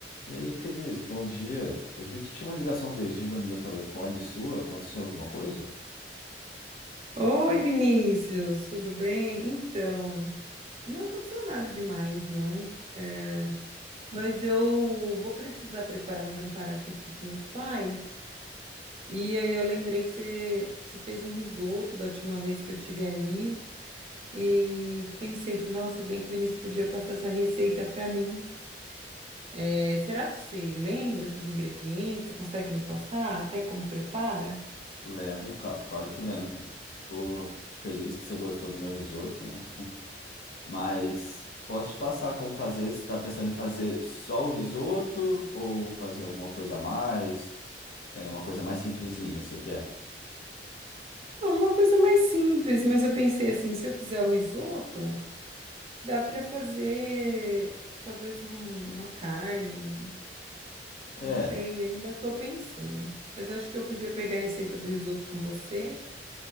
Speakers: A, on the left; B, on the right.
A: E aí, Cris, bom dia. Eu vi que tinha uma ligação perdida no meu telefone sua. Aconteceu alguma coisa?
B: Oi, Vinícius, tudo bem? Então, não aconteceu nada demais, não. É, mas eu vou precisar preparar um jantar aqui para os meus pais. E aí eu lembrei que você, você fez um risoto da última vez que eu tive aí. E pensei, falei, nossa, bem que o Vinícius podia passar essa receita para mim. É, será que você lembra seus ingredientes? Você consegue me passar até como prepara?
A: Lembro, cla- claro que lembro. Tô feliz que você gostou do meu risoto, né? Mas posso te passar como fazer? Você está pensando em fazer só o risoto ou fazer alguma coisa a mais? É uma coisa mais simplesinha, você quer?
B: Não, Uma coisa mais simples, mas eu pensei assim, se eu fizer o risoto. Dá para fazer talvez um- uma carne, um-
A: É,
B: não sei, ainda estou pensando. Mas acho que eu podia pegar a receita do risoto com você